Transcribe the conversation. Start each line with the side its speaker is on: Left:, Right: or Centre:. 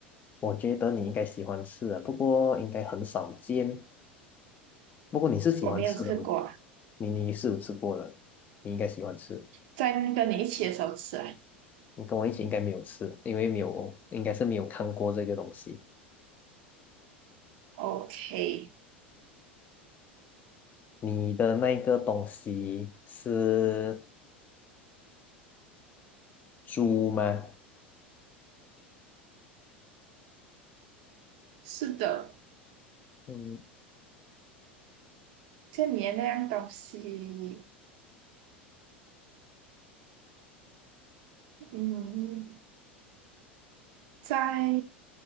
Left: 我觉得你应该喜欢吃的，不过应该很少见。不过你是喜欢吃的，
Right: 我没有吃过啊，
Left: 我你你是有吃过的，你应该喜欢吃。
Right: 在跟你一起的时候吃啊。
Left: 你跟我一起应该没有吃，因为没有，应该是没有看过这个东西。
Right: OK，
Left: 你的那个东西是猪吗？
Right: 是的，
Left: 嗯，
Right: 这你的那样东西，嗯，在